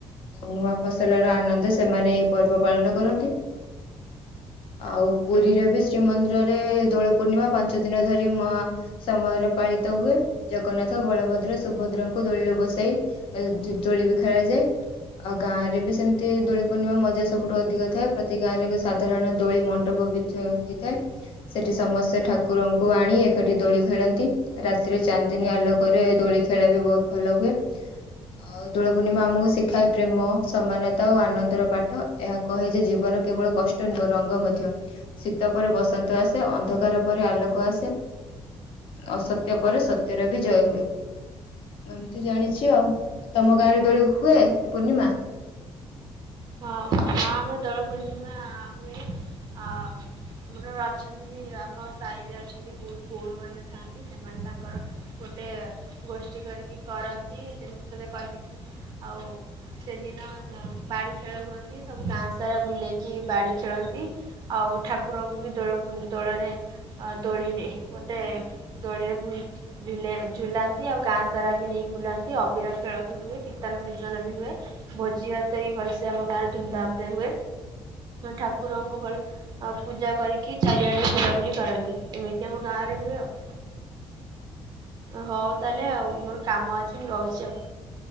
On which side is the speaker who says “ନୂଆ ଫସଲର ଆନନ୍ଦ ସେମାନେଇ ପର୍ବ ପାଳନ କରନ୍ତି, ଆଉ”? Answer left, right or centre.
Left